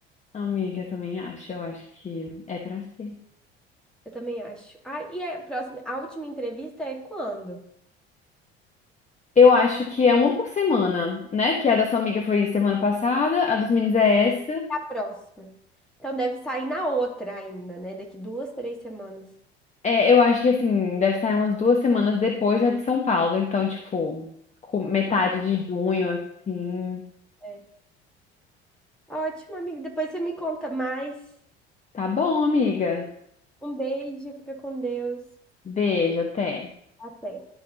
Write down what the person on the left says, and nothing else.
Amiga, eu também acho, eu acho que é pra ser.
Eu acho que é uma por semana, né? Que a da sua amiga foi semana passada, a dos meninos é essa.
É, eu acho que assim, deve sair umas duas semanas depois, né, de São Paulo. Então, tipo, com metade de junho, assim.
Tá bom, amiga.
Beijo, até.